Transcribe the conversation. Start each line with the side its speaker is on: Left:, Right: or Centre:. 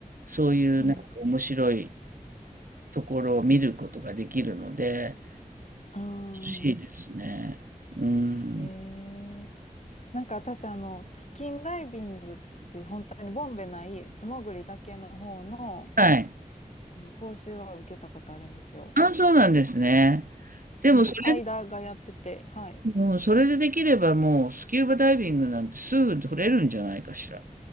Right: そういうなんか面白い
Left: うん。
Right: ところを見ることができるので、
Left: うん。
Right: 欲しいですね。うん。
Left: へえ。なんか私、あの、スキンダイビングって本当にボンベない素潜りだけの方の、
Right: はい。
Left: あの講習は受けたことあるんですよ。
Right: あ、そうなんですね。でもそれ
Left: なんか、間がやってて、はい。
Right: もうそれでできればもうスキューバダイビングなんてすぐ取れるんじゃないかしら。